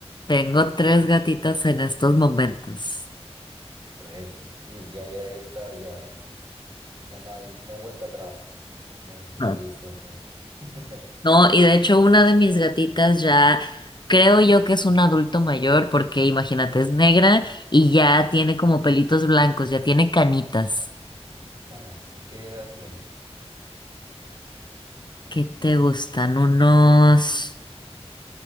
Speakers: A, on the left; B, on the right.
A: Tengo tres gatitas en estos momentos.
B: Tres. Uy, ya, ya, ya está, ya, ya no hay, no hay vuelta atrás. Una vez que empiezas,
A: Ah.
B: ya. <laughs>
A: No, y de hecho una de mis gatitas ya creo yo que es un adulto mayor porque imagínate, es negra y ya tiene como pelitos blancos, ya tiene canitas.
B: Qué Canas, ¿y qué edad tiene?
A: ¿Qué te gustan? Unos...